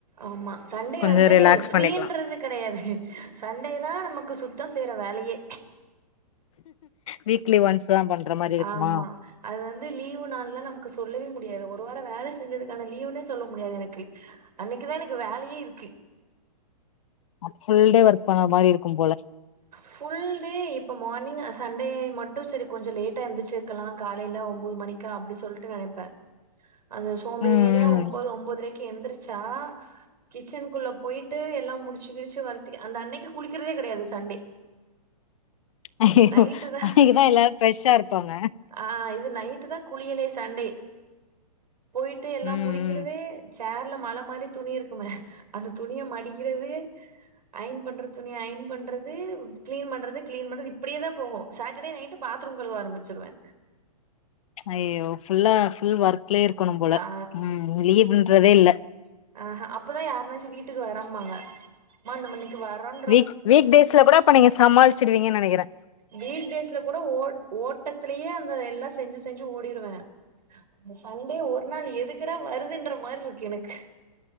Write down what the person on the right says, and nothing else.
ஆமா சண்டே
வந்து
ஃப்ரீன்றது
கெடையாது சண்டே தா நமக்கு சுத்தொ செய்ற வேலையே
ஆமா அது வந்து லீவு நாள்லா நமக்கு சொல்லவே முடியாது ஒரு வாரொ வேல செஞ்சதுக்கான லீவுன்னே சொல்ல முடியாது எனக்கு அன்னக்கி தா எனக்கு வேலையே இருக்கு
ஃபுல் டே இப்ப மார்னிங் க சண்டே மட்டு சரி கொஞ்ச லேட்டா எந்தி ரிச்சிர்க்கலா காலையில ஒம்போது மணிக்க அப்படி சொல்ட்டு நனைப்பே அது சோம்பேரியா
ஒம்பது ஒம்பதுரைக்கு எந்திரி ச்சா கிச்சனுக்குள்ள போயிட்டு எல்லா முடிச்சு கிடிச்சு வரத்திக்கே அந்த அன்னைக்கு குளிக்கிறதே கெடையாது சண்டே
நைட்டு தா
ஆ இது நைட்டு தா குளியலே சண்டே போயிட்டு எல்லா
முடிக்
கிறது சேர்ல மல மாரி துணி இருக்குமே அந்த துணிய மடிக்கிறது ஐன் பண்ற துணிய ஐன் பண்ற து கிளீன் பண்றது கிளீன் பண்றது இப்படியே தா போகு சாட்டர்டே நைட்டு பாத்ரூம் கழுவ ஆரம்பிச்சிருவே
ஆ
ஆஹ்ஹ அப்பதா யார்னாச்சு வீட்டுக்கு வரம்பாங்க மா நம்மளுக் டு வரோன்
வீக் டேஸ்ல கூட ஓ ஓட்டத்தலயே அந்த எல்லா செஞ்சு செஞ்சு ஓடிருவே அந்த சண்டே ஒரு நாள் எதுக்குடா வருதுன்ற மாரி இருக்கு எனக்கு